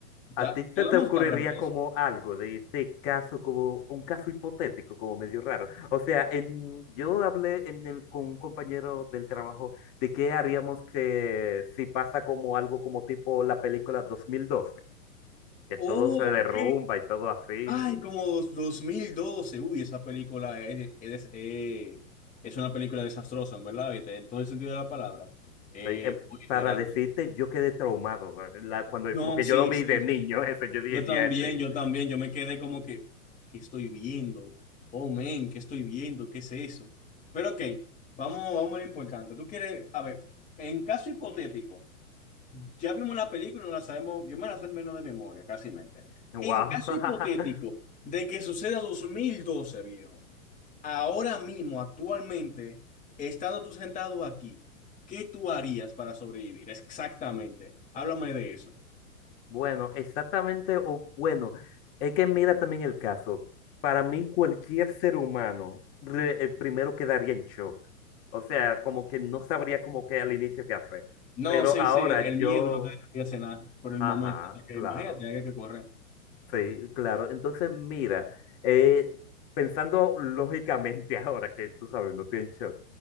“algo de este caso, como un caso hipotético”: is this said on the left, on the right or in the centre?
Left